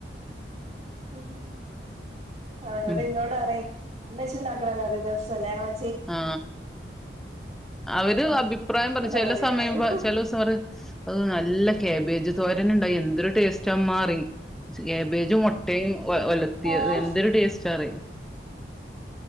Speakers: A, on the right (about 40°); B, in the centre.
A: മ്മ്ഹ് ഹ് അവനോടു
B: ഉം
A: ഇന്നോടറയ് മ്മച്ചിണ്ടാക്കണ കറി രസല്ല ഞങ്ങള്
B: ആ അവര് അഭിപ്രായം പറയും
A: അതാ
B: ചെല
A: പറയാ
B: സമയം
A: അയിന്
B: പ ചെലസറ് അത് നല്ല കാബേജ് തോരന് ണ്ട് എന്തൊരു ടേസ്റ്റാമ്മാ റയും കാബേജും മൊട്ടയും ഒലത്തിയത്
A: ആഹ്
B: എന്തൊരു ടേസ്റ്റ് കറി